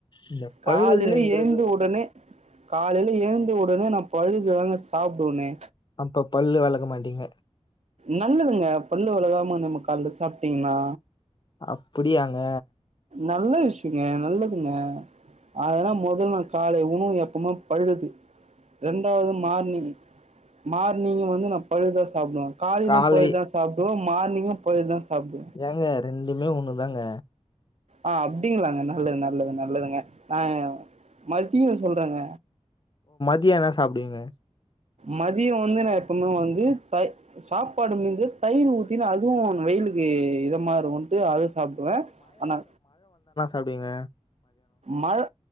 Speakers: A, on the left; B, on the right.
A: இந்த பழுதுன்றது
B: காலையில ஏழுந்து உடனே காலையில ஏழுந்த உடனே நான் பழுதுதாங்க சாப்பிடுவேனே
A: அப்ப பல்லு வளர்க்க மாட்டீங்க
B: நல்லதுங்க பல்லு வழகாம நம்ம கால் சாப்பிட்டீங்கனா
A: அப்படியாங்க
B: நல்ல விஷயங்க நல்லதுங்க அதனா முதல்ல நான் காலை உணவு எப்பவுமே பழுது இரண்டாவது மார்னிங் மார்னிங்க வந்து நான் பழுதுதான் சாப்பிடுவேன் காலையிலும்
A: காலை
B: பொழுதுதான் சாப்பிடுவோன் மார்னிங்கும் பொழுதுதான் சாப்பிடுவோன்
A: ஏங்க ரெண்டுமே ஒண்ணுதாங்க
B: ஆஹ் அப்படிங்களாங்க நல்லது நல்ல நல்லது நல்லதுங்க நா மத்தியும் சொல்றங்க
A: ன சாப்பிடுவீங்க
B: மது கீழ உழுந்து நா அப்பமா வந்து நான் சாப்பாடு மந்த தயிர் ஊ நா <inaudible> அதுவும் வெயிலுக்கு இதமா இருக்கும்ன்ட்டு அதுவும் சாப்பிடுவேன் ஆனா
A: அப்படிங்க
B: மழை